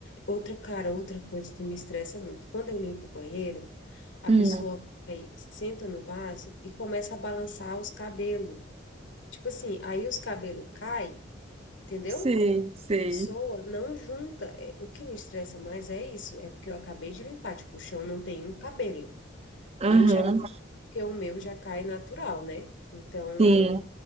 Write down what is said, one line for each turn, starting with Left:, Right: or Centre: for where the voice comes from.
Left: Outra, cara, outra coisa que me estressa muito. Quando eu limpo o banheiro, a
Right: Hum,
Left: pessoa aí senta no vaso e começa a balançar os cabelos. Tipo assim, aí os cabelos caem, entendeu?
Right: sei, sei.
Left: pessoa não junta. É, o que me estressa mais é isso, é porque eu acabei de limpar, tipo, o chão não tem um cabelo.
Right: Aham,
Left: Eu já, porque o meu já cai natural, né? Então
Right: sim.